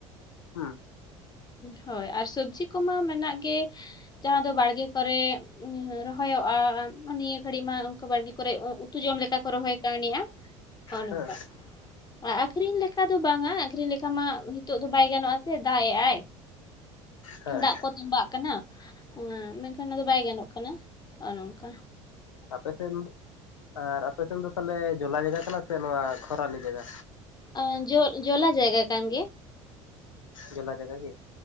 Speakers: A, on the left; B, on the left.
A: ᱦᱩᱸ᱾
B: ᱦᱳᱭ, ᱟᱨ ᱥᱚᱵᱽᱡᱤ ᱠᱚᱢᱟ ᱢᱮᱱᱟᱜ ᱜᱮ᱾ ᱡᱟᱦᱟᱸ ᱫᱚ ᱵᱟᱲᱜᱮ ᱠᱚᱨᱮ ᱨᱚᱦᱚᱭᱚᱜ-ᱟ, ᱱᱤᱭᱟᱹ ᱜᱷᱟᱹᱲᱤᱡ ᱢᱟ ᱵᱟᱲᱜᱮ ᱠᱚᱨᱮ ᱩᱛᱩ ᱡᱚᱢ ᱞᱮᱠᱟ ᱠᱚ ᱨᱚᱦᱚᱭ ᱠᱟᱹᱣᱱᱤᱜ-ᱟ ᱦᱚᱸᱜ-ᱚ ᱱᱚᱝᱠᱟ᱾
A: ᱦᱮᱸ
B: ᱟ ᱟᱠᱷᱨᱤᱧ ᱞᱮᱠᱟ ᱫᱚ ᱵᱟᱝᱟ ᱟᱠᱷᱨᱤᱧ ᱞᱮᱠᱟ ᱢᱟ ᱱᱤᱛᱚᱜ ᱫᱚ ᱵᱟᱭ ᱜᱟᱱᱚᱜ-ᱟ ᱥᱮ ᱫᱟᱜ ᱮᱜ ᱟᱭ᱾
A: ᱦᱮᱸ
B: ᱫᱟᱜ ᱠᱚ ᱛᱚᱵᱟᱜ ᱠᱟᱱᱟ, ᱢᱮᱱᱠᱷᱟᱱ ᱚᱱᱟᱫᱚ ᱵᱟᱭ ᱜᱟᱱᱚᱜ ᱠᱟᱱᱟ ᱚᱱᱮ ᱚᱝᱠᱟ᱾
A: ᱟᱯᱮ ᱥᱮᱱ ᱟᱨ ᱟᱯᱮ ᱥᱮᱱ ᱫᱚ ᱛᱟᱦᱚᱞᱮ ᱡᱚᱞᱟ ᱡᱟᱭᱜᱟ ᱠᱟᱱᱟ ᱥᱮ ᱱᱚᱣᱟ ᱠᱷᱚᱨᱟᱞᱤ ᱡᱟᱭᱜᱟ?
B: ᱟ ᱡᱚ ᱡᱚᱞᱟ ᱡᱟᱭᱜᱟ ᱠᱟᱱ ᱜᱮᱭᱟ᱾
A: ᱡᱚᱞᱟ ᱡᱟᱭᱜᱟ ᱜᱮ?